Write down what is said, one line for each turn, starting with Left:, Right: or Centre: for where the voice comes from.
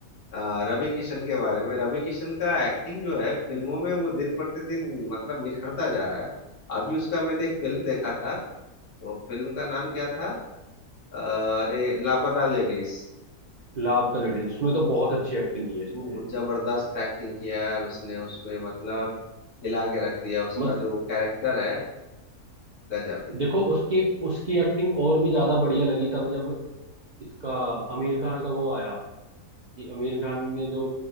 Left: अ, रवि किशन के बारे में रवि किशन का एक्टिंग जो है फिल्मों में वो दिन प्रतिदिन मतलब निखरता जा रहा है अभी उसका मैंने एक फिल्म देखा था वो फिल्म का नाम क्या था अ, अरे लापता लेडीज
Right: लापता लेडीज उसमें तो बहुत अच्छी एक्टिंग की है इसने
Left: वो जबरदस्त एक्टिंग किया यार उसने उसमें मतलब हिला के रख दिया उसका
Right: मत
Left: जो कैरेक्टर है गजब
Right: देखो उसकी उसकी एक्टिंग और भी ज्यादा बढ़िया लगी तब जब इसका आमिर खान का वो आया कि आमिर खान ने जो